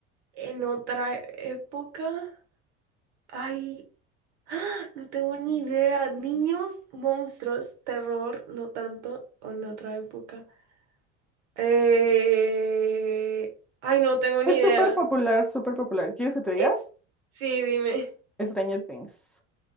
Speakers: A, on the right (about 75°); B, in the centre.
A: En otra época hay... ¡Ah! No tengo ni idea. Niños, monstruos, terror, no tanto, o en otra época. Eh... Ay, no tengo ni
B: Es
A: idea.
B: súper popular, súper popular. ¿Quieres que te diga?
A: Es- Sí, dime.
B: Stranger Things.